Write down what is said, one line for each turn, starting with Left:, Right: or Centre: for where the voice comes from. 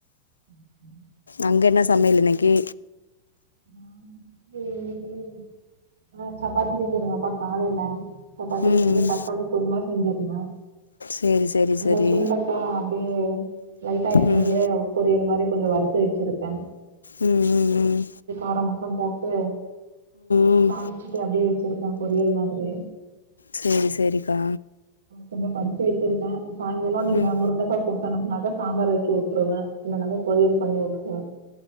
Right: ம் ஹ்
Left: அங்க என்ன சமையல் இன்னக்கி
Right: <unintelligible> நா சப்பாத்தி செஞ்சிருந்தக்கா காலைல சப்பாத்தி
Left: ம்
Right: செஞ்சி
Left: ம்
Right: தக்காளி குர்மா செஞ்சிருந்த
Left: சேரி சேரி
Right: இங்க
Left: சேரி
Right: சுண்டக்கா அப்டியே லைட்டா எண்ணயிலே
Left: ம்
Right: பொரியல் மாரி கொஞ்சோ வறுத்து வச்சிருக்கே
Left: உம் உம் உம்
Right: அத மட்டு போட்டு
Left: ம்
Right: தாழ்ச்சிட்டு அப்டியே வச்சிருக் அதா பொரியல் மாதிரி
Left: செரி சேரிக்கா
Right: கொஞ்ச பறிச்சு வச்சிருக்கே சாய்ங்கால நீங்க
Left: ம்
Right: முருங்கக்கா சூப் நா மொத சாம்பார் வச்சு விட்டுருவ இல்லைனாக்கா பொறியல் பண்ணி விட்டுருவ